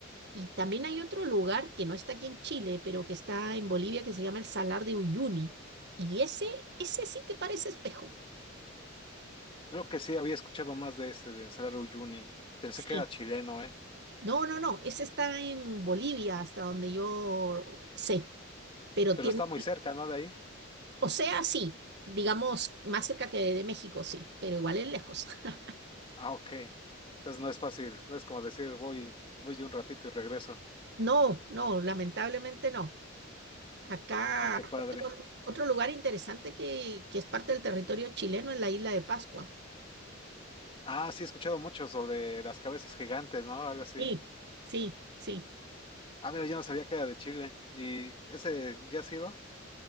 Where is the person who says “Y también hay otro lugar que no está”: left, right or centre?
Right